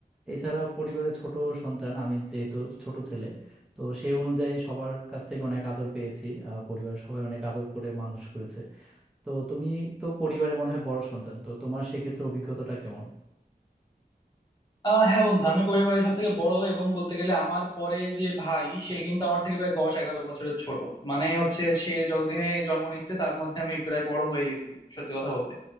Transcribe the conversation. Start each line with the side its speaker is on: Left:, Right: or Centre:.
Centre: এছাড়া পরিবারের ছোট সন্তান আমি যেহেতু ছোট ছেলে তো সেই অনুযায়ী সবার কাছ থেকে অনেক আদর পেয়েছি আহ, পরিবারের সবাই অনেক আদর করে মানুষ করেছে তো তুমি তো পরিবারে মনে হয় বড় সন্তান তো তোমার সেক্ষেত্রে অভিজ্ঞতাটা কেমন
Left: আহ হ্যাঁ বন্ধু আমি পরিবারের সব থেকে বড় এবং বলতে গেলে আমার পরে যে ভাই সে কিন্তু আমার থেকে প্রায় দশ এগারো বছরের ছোট মানে হচ্ছে সে যতদিনে জন্ম নিচ্ছে তার মধ্যে আমি প্রায় বড় হয়ে গেছি সত্যি কথা বলতে